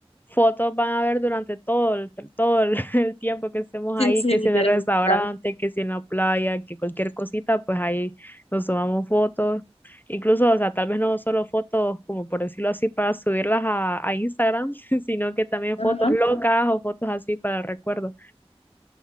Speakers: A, on the left; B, on the left.
A: fotos van a ver durante todo el, todo el, <laughs> el tiempo que estemos
B: Sí,
A: ahí,
B: sí,
A: que
B: literal,
A: si en el restaurante,
B: literal.
A: que si en la playa, que cualquier cosita, pues ahí nos tomamos fotos. Incluso, o sea, tal vez no solo fotos, como por decirlo así, para subirlas a, a Instagram, <laughs> sino que también
B: Ajá.
A: fotos locas o fotos así para el recuerdo.